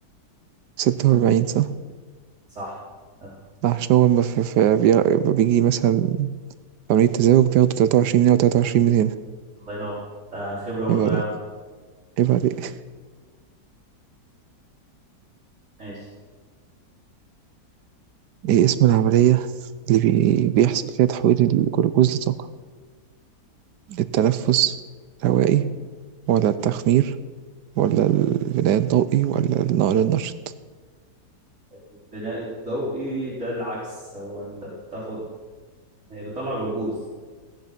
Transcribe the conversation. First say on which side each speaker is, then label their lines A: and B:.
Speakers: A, on the right; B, on the right.
A: ستة وأربعين صح؟
B: صح أه،
A: عشان هو لما في في- بي- لما بيجي مثلا عملية تزاوج بياخدوا تلاتة وعشرين من هنا وتلاتة وعشرين من هنا
B: الله ينور ده خبرة برضه
A: عيب عليك
B: يا عم
A: عيب عليك
B: ماشي
A: إيه اسم العملية اللي بي... بيحصل فيها تحويل الجلوكوز لطاقة؟ التنفس الهوائي ولا التخمير ولا البناء الضوئي ولا النقل النشط
B: البناء الضوئي ده العكس هو انت بتاخد هي بتطلع جلوكوز